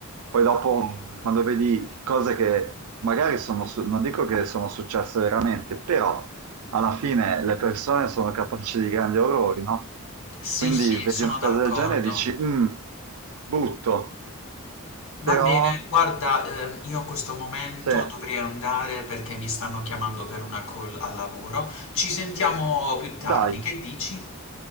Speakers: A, on the right; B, on the left.
A: poi dopo quando vedi cose che magari sono, su- non dico che sono successe veramente, però alla fine le persone sono capaci di grandi orrori, no?
B: Sì,
A: Quindi
B: sì,
A: vedi
B: sono
A: una
B: d'accordo.
A: cosa del genere e dici, "Mm, brutto,
B: Va
A: però
B: bene, guarda, ehm, io in questo momento
A: se
B: dovrei andare perché mi stanno chiamando per una call al lavoro. Ci sentiamo più tardi,
A: dai,
B: che dici?